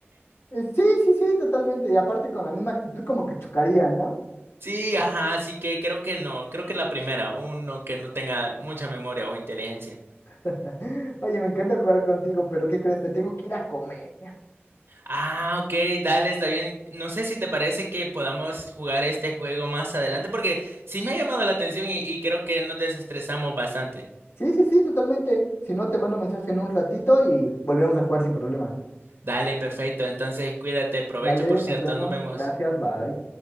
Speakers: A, on the left; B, on the right.
A: Eh, Sí, sí, sí, totalmente. Y aparte con la misma actitud como que chocarían, ¿no?
B: Sí, ajá, así que creo que no, creo que la primera, uno que no tenga mucha memoria o inteligencia.
A: <laughs> Oye, me encanta jugar contigo, pero ¿qué crees? Me tengo que ir a comer.
B: Ah, ok, dale, está bien. No sé si te parece que podamos jugar este juego más adelante, porque sí me ha llamado la atención y, y creo que nos desestresamos bastante.
A: Sí, sí, sí, totalmente. Si no, te mando mensaje en un ratito y volvemos a jugar sin problema.
B: Dale, perfecto, entonces cuídate, provecho,
A: Dale,
B: por
A: nos
B: cierto,
A: vemos.
B: nos vemos.
A: Gracias, bye.